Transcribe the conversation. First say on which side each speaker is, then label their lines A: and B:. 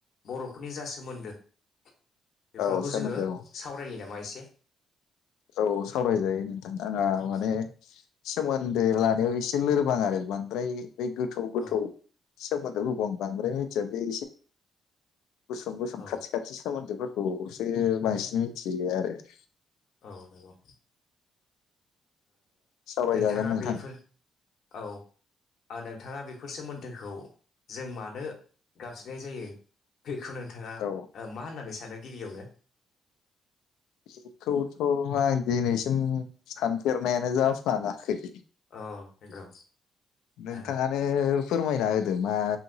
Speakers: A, on the left (about 65°); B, on the left (about 85°).
A: बर'फोरनि जा सोमोन्दो बेफोरखौ
B: औ सोमोन्दो
A: जोङो
B: औ
A: सावरायनि नामा एसे
B: औ सावरायजायो नोंथां आंहा
A: औ
B: माने सोम सोमोन्दो लानायाव एसे लोरबां आरो बांद्राय बै गोथौ गोथौ
A: औ
B: <unintelligible> गुसुं गुसुं
A: औ
B: खाथि खाथि सोमोन्दोफोर औसो बांसिन मिथियो आरो ।
A: औ नंगौ।
B: सावरायजागोन
A: नोंथाङा
B: नोंथां
A: बेफोर औ नोंथाङा बे बेफोर सोमोन्दोखौ जों मानो गाबज्रिनाय जायो। बेखौ नोंथाङा
B: औ
A: मा होननानै सानोगिबियावनो
B: बेखौथ' आं दि नैसि ज सानफेरनायानो जाफ्लाङाखै
A: औ नंगौ
B: नोंथाङानो
A: आ
B: फोरमायना होदो मा